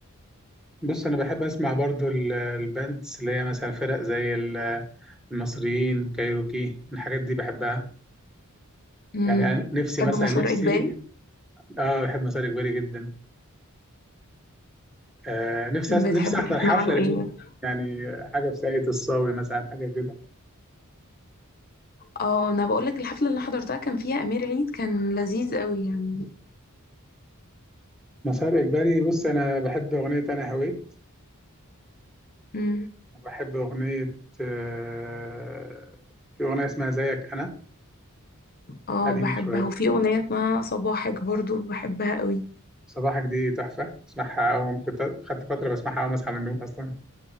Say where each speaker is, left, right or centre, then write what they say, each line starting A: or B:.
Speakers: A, in the centre; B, on the left.
A: بص أنا بحب أسمع برضو ال- الباندز اللي هي مثلا فرق زي ال- المصريين كايروكي الحاجات دي بحبها
B: امم
A: يعني أنا نفسي
B: تحب
A: مثلا
B: مسار
A: نفسي
B: اجباري
A: آه بحب مسار إجباري جدا آه نفسي
B: بتحب
A: أس- نفسي أحضر
B: تسمع
A: حفلة
B: له
A: للناس
B: ايه مثلا
A: دي. يعني حاجة في ساقية الصاوي مثلا حاجة كده
B: اه انا بقول لك الحفله اللي حضرتها كان فيها امير عيد كان لذيذ قوي يعني
A: مسار إجباري بص أنا بحب أغنية أنا هويت
B: امم
A: وبحب أغنية آه، في أغنية اسمها زيك أنا
B: اه
A: قديمة
B: بحبها
A: شوية
B: وفي اغنيه اسمها صباحك برضو بحبها قوي
A: صباحك دي تحفة اسمعها أول كنت خدت فترة بسمعها أول ما أصحى من النوم أصلا